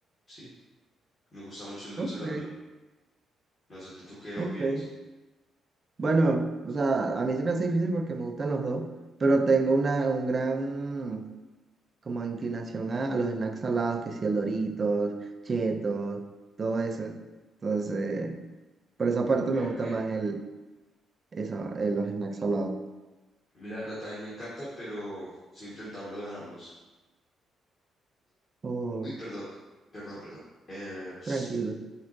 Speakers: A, on the left (about 50°); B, on the right (about 35°).
A: Sí, me gusta mucho el dulce
B: Ok,
A: también. No sé, ¿tú tú qué
B: ok.
A: opinas?
B: Bueno, o sea, a mí se me hace difícil porque me gustan los dos, pero tengo una un gran como inclinación a, a los snacks salados, que si el Doritos, Cheetos, todo eso. Entonces, por esa parte
A: Ok,
B: me gusta
A: ok.
B: más el, esa, el- los snacks salados.
A: A mí la verdad también me encanta, pero estoy intentando dejarlos.
B: Oh,
A: Uy, perdón, perdón, perdón. Eh, <sniffs>
B: tranquilo.